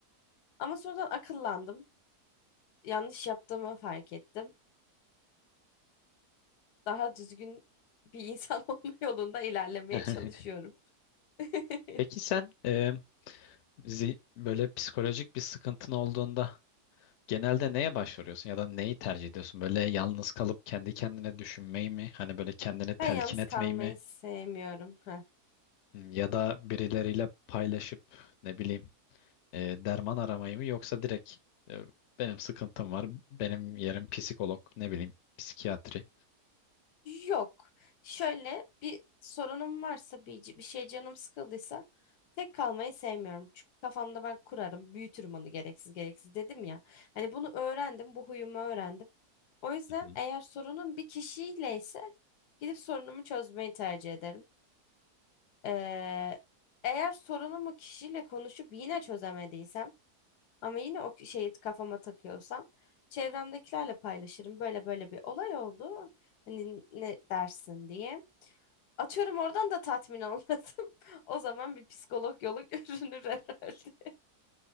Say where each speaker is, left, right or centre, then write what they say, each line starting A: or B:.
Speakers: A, on the left; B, on the left.
A: Ama sonradan akıllandım. Yanlış yaptığımı fark ettim. Daha düzgün bir insan <laughs> olma yolunda ilerlemeye
B: <laughs>
A: çalışıyorum. <laughs>
B: Peki sen e, zi- böyle psikolojik bir sıkıntın olduğunda genelde neye başvuruyorsun ya da neyi tercih ediyorsun? Böyle yalnız kalıp kendi kendine düşünmeyi mi? Hani böyle kendini telkin
A: Ben yalnız
B: etmeyi
A: kalmayı
B: mi?
A: sevmiyorum. Ha.
B: Hmm, Ya da birileriyle paylaşıp ne bileyim e, derman aramayı mı? Yoksa direkt e, benim sıkıntım var, benim yerim psikolog, ne bileyim psikiyatri.
A: Yok. Şöyle bir sorunum varsa bir, bir şey canım sıkıldıysa tek kalmayı sevmiyorum. Çünkü kafamda ben kurarım, büyütürüm onu gereksiz gereksiz dedim ya. Hani bunu öğrendim, bu huyumu öğrendim. O yüzden
B: Hı hı.
A: eğer sorunum bir kişiyle ise gidip sorunumu çözmeyi tercih ederim. Ee, eğer sorunumu kişiyle konuşup yine çözemediysem ama yine o şeyi kafama takıyorsam çevremdekilerle paylaşırım. Böyle böyle bir olay oldu. Hani ne dersin diye. Atıyorum oradan da tatmin olmadım. <laughs> O zaman bir psikolog yolu <laughs> görünür herhalde.